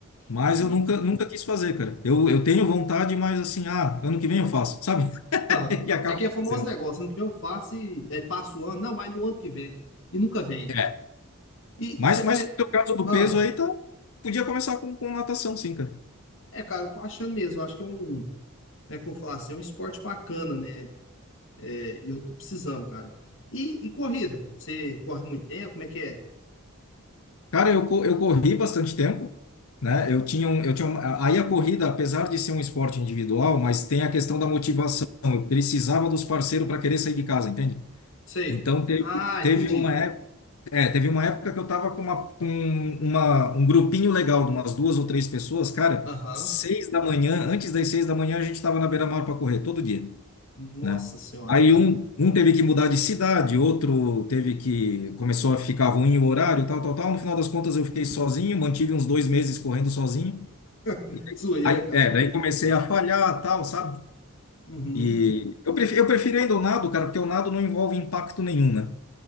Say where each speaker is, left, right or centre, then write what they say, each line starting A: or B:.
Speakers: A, on the left (about 75°); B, on the left (about 60°).
A: Mas
B: Uhum.
A: eu nunca, nunca quis fazer, cara. Eu, eu tenho vontade, mas assim, ah, ano que vem eu faço, sabe? <laughs>
B: Aham.
A: E acaba
B: É que é famoso
A: não fazendo.
B: negócio, ano que vem eu faço e aí passa o ano, não, mas no ano que vem, e nunca vem.
A: É.
B: E,
A: Mas,
B: e você come...
A: mas no teu caso do
B: Ah,
A: peso aí, tá, podia começar com, com natação, sim, cara.
B: é, cara, eu tô achando mesmo, eu acho que é um, como é que eu vou falar assim, é um esporte bacana, né? É, e eu tô precisando, cara. E, e corrida, você corre muito tempo, como é que é?
A: Cara, eu, co- eu corri bastante tempo, né? Eu tinha um, eu tinha uma, aí a corrida, apesar de ser um esporte individual, mas tem a questão da motivação. Eu precisava dos parceiros para querer sair de casa, entende?
B: Sei.
A: Então teve,
B: Ah,
A: teve
B: entendi.
A: uma época, é, teve uma época que eu tava com uma, com uma, um grupinho legal de umas duas ou três pessoas, cara,
B: Aham.
A: seis da manhã, antes das seis da manhã a gente tava na beira-mar para correr todo dia
B: Nossa
A: né?
B: senhora,
A: Aí
B: cara.
A: um, um teve que mudar de cidade, outro teve que começou a ficar ruim o horário, tal, tal, tal. No final das contas eu fiquei sozinho, mantive uns dois meses correndo sozinho.
B: <laughs>
A: E
B: Zoeira,
A: aí,
B: cara.
A: é, daí comecei a falhar, tal, sabe?
B: Uhum,
A: E eu prefiro, eu prefiro ainda o nado, cara, porque o nado não envolve impacto nenhum, né?